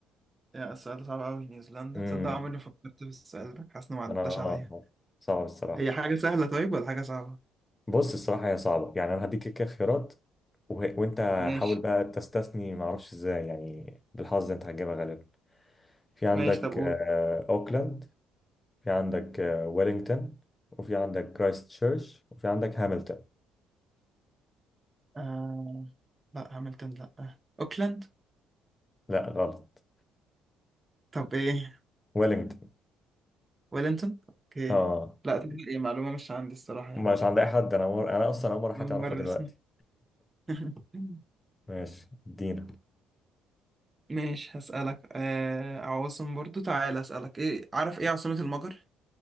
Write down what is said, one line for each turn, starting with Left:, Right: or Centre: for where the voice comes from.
Right: يا السؤال ده صعب قوي نيوزيلندا
Left: امم
Right: تصدق عمري ما فكرت في السؤال ده حاسس انه ما عداش
Left: انا آه،
Right: عليا
Left: آه. صعب الصراحه
Right: هي حاجة سهلة طيب ولا حاجة صعبة
Left: بص الصراحه هي صعبه يعني انا هديك كده خيارات وه... وانت
Right: ماشي
Left: حاول بقى تستثني ما اعرفش ازاي يعني بالحظ انت هتجيبها غالبا في عندك
Right: ماشي طب قول
Left: آه، اوكلاند في عندك آه، ويلينغتون وفي عندك كرايست تشيرش وفي عندك هامilton
Right: آه... لا هامilton لا اوكلاند
Left: لا غلط
Right: طب ايه
Left: ويلينغتون
Right: ويلينتون اوكي
Left: اه
Right: لا تبقى ايه معلومة مش عندي الصراحة يعني
Left: مش عند اي حد انا مر... انا اصلا اول مره حد
Right: أول
Left: يعرفها
Right: مرة
Left: دلوقتي
Right: اسمع <laughs>
Left: <laughs> ماشي ادينا
Right: ماشي هسألك آه عواصم برضو تعالى أسألك إيه عارف إيه عاصمة المجر؟